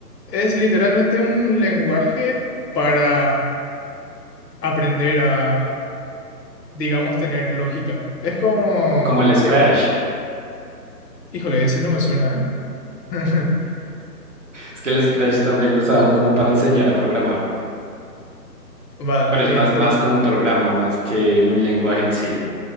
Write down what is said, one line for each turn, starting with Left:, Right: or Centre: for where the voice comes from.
Left: Es literalmente un lenguaje para aprender a, digamos, tener lógica. Es como...
Right: como el Scratch.
Left: Híjole, ese no me suena, ¿eh? <laughs>
Right: Es que el Scratch también lo usaban como para enseñar a programar,
Left: Va,
Right: pero es
Left: y
Right: más,
Left: pro-
Right: más como un programa, más que un lenguaje en sí.